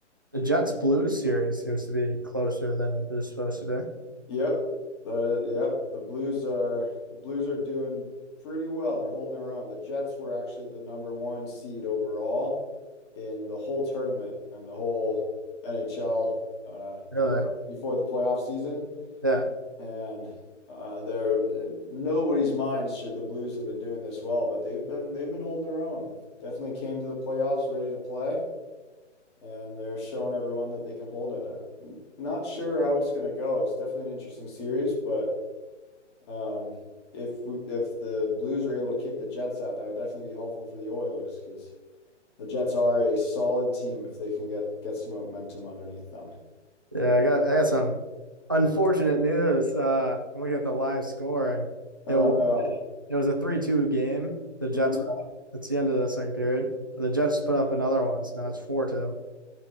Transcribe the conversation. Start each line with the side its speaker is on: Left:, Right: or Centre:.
Right: The Jets Blues series seems to be closer than it was supposed to be.
Left: Yep, that is. Yep, the Blues are the Blues are doing pretty well. They're holding their own. The Jets were actually the number one seed overall in the whole tournament and the whole NHL uh,
Right: Really?
Left: pre before the playoff season.
Right: Yeah.
Left: And uh, they're in nobody's mind should the Blues have been doing this well, but they've been they've been holding their own. They've definitely came to the playoffs ready to play, and they're showing everyone that they can hold it. I'm not sure how it's going to go. It's definitely an interesting series, but. Um, if we, if the Blues are able to kick the Jets out, that would definitely be helpful for the Oilers because the Jets are a solid team if they can get get some momentum underneath them.
Right: Yeah, I got I got some unfortunate news. Uh I'm looking at the live scoring.
Left: Oh
Right: You know,
Left: no.
Right: it was a 3-2 game. The Jets
Left: hmm
Right: put up. It's the end of the second period. But the Jets put up another one, so now it's 4-2.